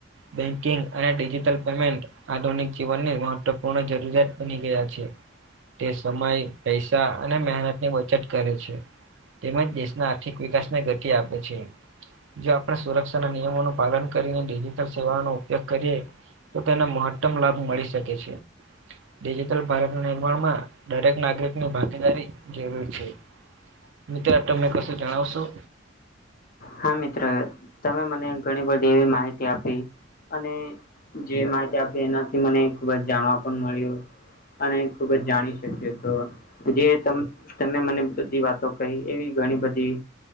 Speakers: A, on the right (about 70°); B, on the left (about 45°).
A: બેંકિંગ અને ડિજિટલ પેમેન્ટ આધુનિક જીવનની મહત્વપૂર્ણ જરૂરિયાત બની ગયા છે તે સમય પૈસા અને મહેનત ની બચત કરે છે તેમજ દેશના આર્થિક વિકાસને ગતિ આપે છે જો આપણે સુરક્ષાના નિયમોનું પાલન કરીને ડિજિટલ સેવાનો ઉપયોગ કરીએ તો તેને મહત્તમ લાભ મળી શકે છે. ડિજિટલ ભારત નિર્માણમાં દરેક નાગરિક ની ભાગીદારી જરૂર છે મિત્ર તને કશું જણાવશો.
B: હા મિત્ર તમે મને ઘણી બધી એવી માહિતી આપી અને જે માહિતી આપી એનાથી મને ખુબ જ જાણવા પણ મળ્યું અને ખુબ જ જાણી શકીએ તો જે તમે મને બધી વાત તો કઈ એવી ઘણી બધી